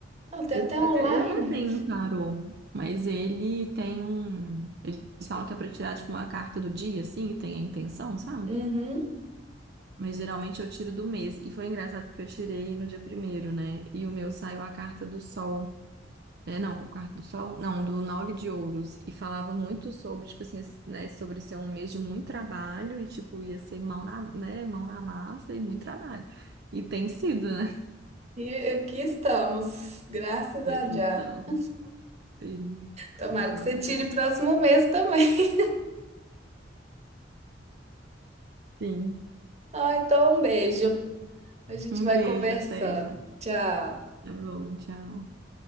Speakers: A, on the right (about 35°); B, on the right (about 60°).
A: não, tem
B: Eu
A: até online.
B: até, eu até tenho um tarô, mas ele tem um. Eles falam que é pra tirar, tipo, uma carta do dia, assim, e tem a intenção, sabe?
A: Uhum.
B: Mas geralmente eu tiro do mês. E foi engraçado porque eu tirei no dia primeiro, né? E o meu saiu a carta do sol. É, não, o quarto do sol, não, do nove de ouros. E falava muito sobre, tipo assim, esse- né, sobre ser um mês de muito trabalho e, tipo, ia ser mão na, né, mão na massa e muito trabalho. E tem sido, né?
A: E aqui estamos, graças
B: E
A: a
B: aqui
A: Jah.
B: estamos,
A: <laughs>
B: sim,
A: Tomara
B: falando
A: que você tire
B: até.
A: o próximo mês também. <laughs>
B: Sim.
A: Ah, então um beijo. A gente
B: Um
A: vai
B: beijo
A: conversando.
B: até.
A: Tchau.
B: Tá bom, tchau.